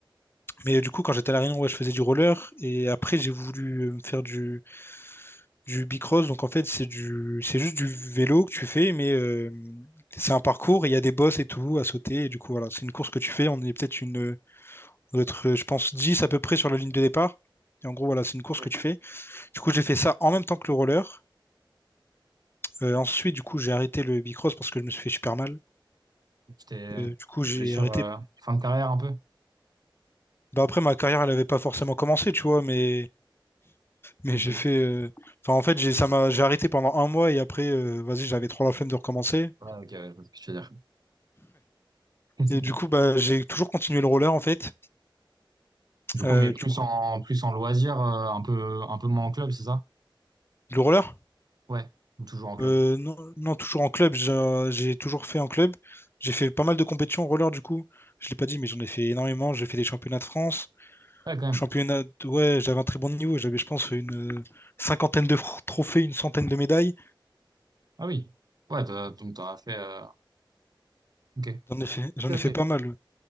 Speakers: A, on the left; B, on the right.
A: Mais euh, du coup, quand j'étais à La Réunion, ouais, je faisais du roller et après, j'ai voulu euh, me faire du du bicross. Donc en fait, c'est du, c'est juste du vélo que tu fais, mais euh, c'est un parcours. et Il y a des bosses et tout à sauter. Et du coup, voilà, c'est une course que tu fais. On est peut-être une, notre, je pense, 10 à peu près sur la ligne de départ. Et en gros, voilà, c'est une course
B: Ok.
A: que tu fais. Du coup, j'ai fait ça en même temps que le roller. Euh, ensuite, du coup, j'ai arrêté le bicross parce que je me suis fait super mal.
B: Tu t'es
A: Euh, du coup, j'ai
B: une blessure
A: arrêté.
B: euh, fin de carrière un peu?
A: Bah, après, ma carrière, elle n'avait pas forcément commencé, tu vois, mais, mais
B: Ok.
A: j'ai fait. euh, Enfin, en fait, j'ai ça m'a... j'ai arrêté pendant un mois et après, euh, vas-y, j'avais trop la flemme de recommencer.
B: Ouais, ok, ouais, je vois ce que tu veux dire. <laughs>
A: Et du coup, bah, j'ai toujours continué le roller en fait.
B: Du
A: Euh,
B: coup, mais plus
A: du coup,
B: en plus en loisir, euh, un peu un peu moins en club, c'est ça?
A: le roller?
B: Ouais. Ou toujours en club.
A: Euh, non, non, toujours en club. J'ai j'ai toujours fait en club. J'ai fait pas mal de compétitions en roller du coup. Je l'ai pas dit, mais j'en ai fait énormément. J'ai fait des championnats de France.
B: Ouais, quand
A: Championnat,
B: même.
A: de- ouais, j'avais un très bon niveau. J'avais, je pense, une euh, cinquantaine de fr- trophées, une centaine de médailles.
B: Ah oui. Ouais, t'as, donc t'auras fait. euh, Ok.
A: J'en ai fait, j'en
B: Ok,
A: ai
B: ok.
A: fait pas mal.